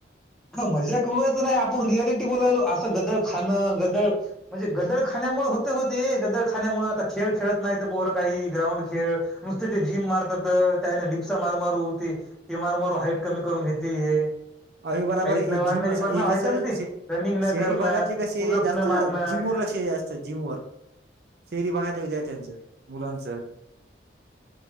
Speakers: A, in the centre; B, on the right (about 60°).
A: हा मजा कवायचं नाही आपण रियालिटी बोलावलो असं गदळ खाणं गदळ. म्हणजे गद्दडखान्यामुळे होते होते गद्दडखाान्यामुळे आता खेळ खेळत नाही तर पोरं काही ग्राउंड खेळ. नुसत ते जिम मारतात त्याना डिपसा मारू मारू ते ती मारमारू हाईट कमी करून घेतली हे
B: अ बराबर
A: हाईट
B: आहे
A: न वाढण्याचे
B: जिम असं
A: परिणाम
B: हे
A: आहेत
B: कस
A: ना ते रनिंग
B: शहरी
A: न करणं
B: भागातले कसे
A: पुलक्ष
B: आहे जास्त
A: न मारणं
B: जिम व लक्ष जास्त जिम वर्क शेरी बघायच्या विद्यार्थ्यांच मुलांच